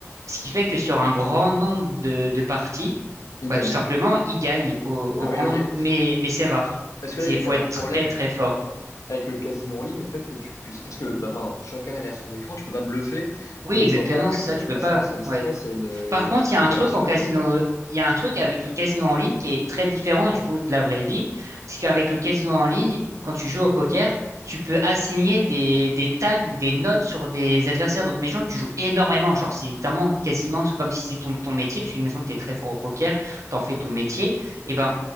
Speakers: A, on the right; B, on the left.
A: ce qui fait que sur un grand nombre de, de parties,
B: ils
A: bah,
B: gagnent
A: tout simplement, il gagne au, au
B: Ah
A: grand
B: oui, ok.
A: nombre. Mais, mais c'est rare.
B: Parce que
A: C'est,
B: là, il y a quand
A: faut
B: même
A: être
B: un problème.
A: très très fort.
B: avec le casino en ligne, le fait que tu puisses, parce que, bah, enfin, chacun est derrière son écran, tu peux pas bluffer,
A: Oui,
B: donc
A: exactement,
B: tu vois pas la personne,
A: c'est ça, tu
B: tu
A: peux
B: peux pas
A: pas.
B: savoir si elle stresse,
A: Ouais.
B: si elle, euh,
A: Par
B: elle est
A: contre,
B: en transpiration
A: il y a un truc en casino,
B: et tout.
A: il y a un truc avec le casino en ligne qui est très différent du coup de la vraie vie. C'est qu'avec le casino en ligne, quand tu joues au poker, tu peux assigner des, des tags ou des notes sur des adversaires. Donc, imagine, tu joues énormément. Genre, c'est littéralement quasiment comme si c'était ton, ton métier, parce que imagine, tu es très fort au poker, t'en fais ton métier. Et ben,